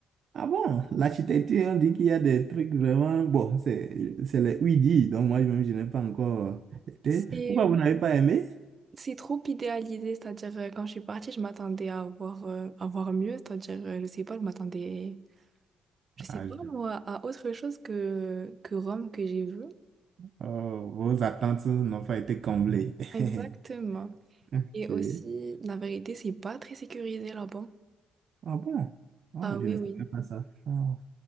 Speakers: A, on the right (about 60°); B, on the right (about 40°).
A: Ah bon, l'architecture, on dit qu'il y a des trucs vraiment... Bon, c'est c'est les ouïdis, donc moi-même, je n'ai pas encore été.
B: C'est
A: Pourquoi vous n'avez pas aimé?
B: c'est trop idéalisé, c'est-à-dire euh, quand je suis partie, je m'attendais à voir, euh, à voir mieux, c'est-à-dire euh, je sais pas, je m'attendais, je sais
A: Ah,
B: pas
A: je-
B: moi, à autre chose que, que Rome que j'ai vu.
A: Oh, vos attentes n'ont pas été comblées.
B: Exactement.
A: <laughs> Ok.
B: Et aussi, la vérité, c'est pas très sécurisé là-bas.
A: Ah bon? Ah,
B: Ah
A: je
B: oui,
A: ne
B: oui.
A: savais pas ça. Ah.